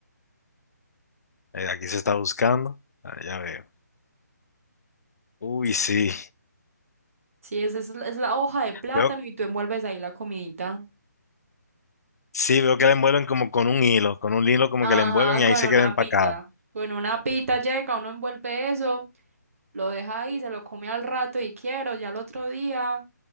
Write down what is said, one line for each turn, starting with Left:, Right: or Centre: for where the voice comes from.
Left: Eh, aquí se está buscando. Ah, ya veo. Uy, sí.
Right: Sí, esa es, la- es la hoja de plátano
Left: Veo,
Right: y tú envuelves ahí la comidita.
Left: Sí, veo que la envuelven como con un hilo, con un hilo como
Right: Ajá,
Left: que la envuelven y
Right: con
Left: ahí se
Right: una
Left: queda empacada.
Right: pita. Con una pita llega, uno envuelve eso lo deja ahí, se lo come al rato y quiero, ya al otro día.